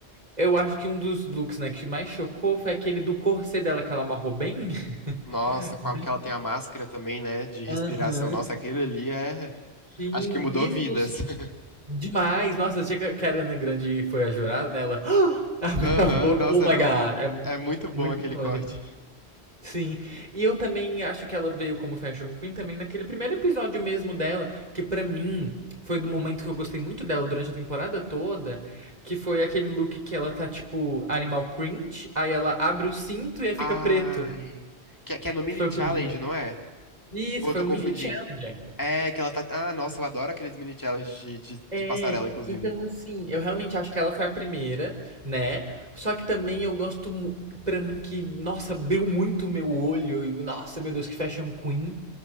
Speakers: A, on the right; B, on the left.
A: Eu acho que um dos looks, né, que mais chocou foi aquele do corset dela que ela amarrou bem. <laughs>
B: Nossa, com
A: Bem.
B: a- que ela tem a máscara também, né, de respiração.
A: Aham.
B: Nossa, aquele ali é,
A: Sim.
B: acho que mudou
A: E
B: vidas.
A: nos-
B: <laughs>
A: demais. Nossa, achei que a que a Ariana Grande foi a jurada, né? Ela <gasps> abriu
B: Aham,
A: a boca.
B: nossa,
A: Oh
B: é muito,
A: my God. É mu-
B: é muito bom
A: muito
B: aquele
A: icônico.
B: corte.
A: Sim, e eu também acho que ela veio como Fashion Queen também naquele primeiro episódio mesmo dela, que pra mim foi do momento que eu gostei muito dela durante a temporada toda, que foi aquele look que ela tá tipo animal print, aí ela abre o cinto e aí fica
B: Ai,
A: preto,
B: que, que é no mini
A: que foi o
B: challenge,
A: primeiro.
B: não é?
A: Isso,
B: Ou eu
A: foi
B: tô
A: um
B: confundindo?
A: mini challenge.
B: É que ela tá. Ah, nossa, eu adoro aqueles mini challenges de, de,
A: É,
B: de passarela, inclusive.
A: então assim, eu realmente acho que ela foi a primeira, né? Só que também eu gosto mu- pra mim que, nossa, abriu muito o meu olho e nossa, meu Deus, que fashion queen,